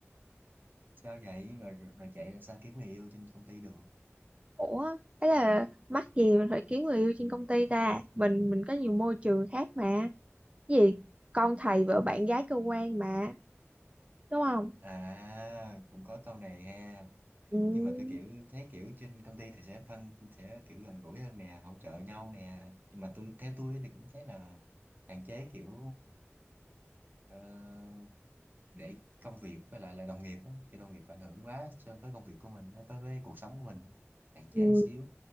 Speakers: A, on the right; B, on the right.
A: sao vậy rồi rồi chạy là sao kiếm người yêu trên công ty được
B: Ủa, ấy là mắc gì mình phải kiếm người yêu trên công ty ta? Mình mình có nhiều môi trường khác mà. Cái gì con thầy
A: à,
B: vợ bạn gái cơ quan mà đúng không
A: à cũng có câu này ha
B: ừ,
A: nhưng mà tôi kiểu thấy kiểu trên công ty thì sẽ thân sẽ kiểu gần gũi hơn nè hỗ trợ nhau nè nhưng mà tôi theo tôi thì cũng thấy là hạn chế kiểu ờ, để công việc với lại là đồng nghiệp á cái đồng nghiệp ảnh hưởng quá so với công việc của mình á, với với cuộc sống của mình hạn chế
B: ừ,
A: xíu